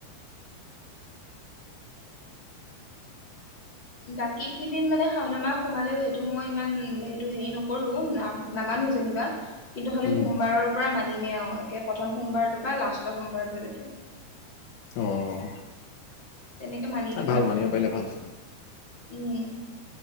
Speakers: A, on the left; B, on the left.
A: বাকী কেইদিন মানে শাওন মাহ সোমালেও সেইটো মই ইমান সেইটো হেৰি নকৰোঁ নাম নামানো যেনিবা। কিন্তু হলেওঁ
B: উম
A: সোমবাৰৰ পৰা মানিমে আৰু একে প্ৰথম সোমবাৰটো বা লাষ্টৰ সোমবাৰটোলৈকে।
B: অ',
A: তেনেকে মানি দিম
B: ভাল
A: আৰু
B: মানিব পাৰিলে ভাল।
A: উম,